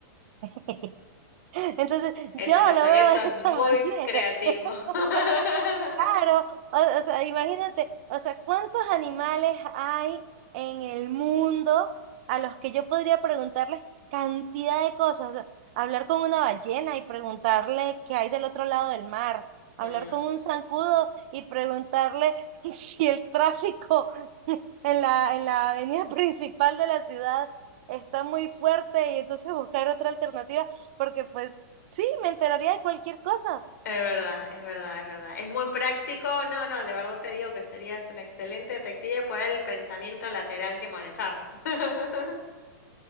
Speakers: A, on the right (about 35°); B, on the left (about 65°).
A: <laughs> Entonces,
B: Ese
A: yo
B: pensamiento
A: lo veo
B: es
A: de esa
B: muy
A: manera.
B: creativo.
A: <laughs>
B: <laughs>
A: Claro, o, o sea, imagínate, o sea, ¿cuántos animales hay en el mundo a los que yo podría preguntarles cantidad de cosas? O sea, hablar con una ballena y preguntarle qué hay del otro lado del mar, hablar
B: Mm,
A: con un zancudo y preguntarle <laughs> si el tráfico <laughs> en la, en la avenida principal de la ciudad está muy fuerte y entonces buscar otra alternativa, porque pues sí, me enteraría de cualquier cosa.
B: Es verdad, es verdad, es verdad. Es muy práctico. No, no, de verdad te digo que serías un excelente detective por el pensamiento lateral que manejas. <laughs>